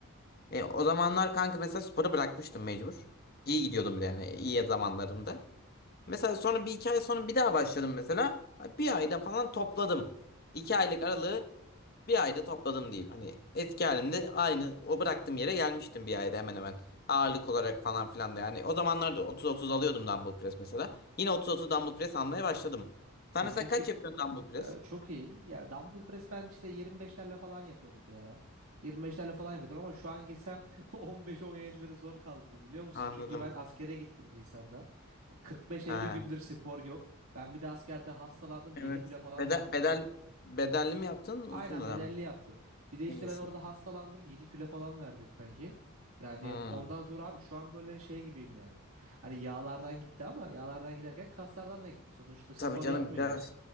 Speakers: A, on the left; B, on the right.
A: E, o zamanlar kanka mesela sporu bırakmıştım mecbur. İyi gidiyordum bir de yani iyi zamanlarımda. Mesela sonra bir iki ay sonra bir daha başladım mesela. Bir ayda falan topladım. İki aylık aralığı bir ayda topladım diyeyim. Hani eski halimde aynı o bıraktığım yere gelmiştim bir ayda hemen hemen. Ağırlık olarak falan filan da yani. O zamanlarda 30-30 alıyordum dumbbell press mesela. Yine 30-30 dumbbell press almaya başladım. Sen
B: Ay,
A: mesela
B: Çok
A: kaç yapıyorsun dumbbell press?
B: Ee, çok iyi. Ya dumbbell press ben işte 25'lerle falan yapıyordum bir ara. 25'lerle falan yapıyordum ama şu an gitsem <laughs> 15-17'leri zor kaldırırım biliyor musun?
A: Anladım.
B: Çünkü ben askere gittim Nisan'da. Ya 45-50
A: Ha.
B: gündür spor yok. Ben bir de askerde hastalandım 7
A: Evet.
B: kilo falan
A: Bedel,
B: verdim
A: bedel,
B: az.
A: bedelli mi yaptın uzun
B: Aynen
A: dönem?
B: bedelli
A: mi?
B: yaptım. Bir de işte
A: En iyisi.
B: ben orada hastalandım 7 kilo falan verdim kanki. Yani
A: Hmm.
B: ondan sonra abi şu an böyle şey gibiyim yani. Hani yağlardan gitti ama yağlardan giderken kaslardan da gitti. Sonuçta spor
A: Tabii canım
B: yapmıyoruz.
A: gider.